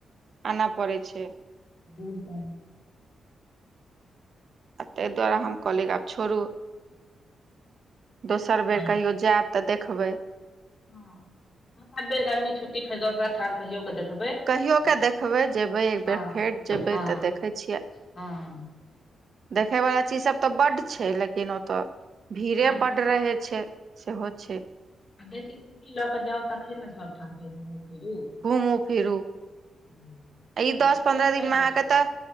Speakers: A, on the right; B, on the left.
A: आनय पड़ै छै
B: दूर से
A: आ तैय दुआरे हम कहलियै आब छोड़ू दोसर बेर
B: बड़
A: कहियो जेएब तऽ देखबै।
B: हॅं दोसर बेर गरमी छुट्टी फेर दोसरा ठाम कहियो कऽ देखबै।
A: कहियो
B: फेर
A: कऽ देखबै जेबै एकबेर
B: हँ
A: फेर जेबै
B: हँ
A: तऽ देखै छियै।
B: हँ
A: देखैयवला चीज सब तऽ बड छै लेकिन ओतऽ भीड़े
B: बात
A: बड
B: छै
A: रहै छै। सेहो छै।
B: आ बेसी छुट्टी लऽ कऽ जाउ तखन ने सबठाम फेर घुमू -फिरू
A: घूमू -फिरू
B: एहि
A: ई दस
B: बेर बड़
A: पन्द्रह
B: नहि
A: दिनमे
B: गेल
A: अहाँके
B: छलए
A: तऽ।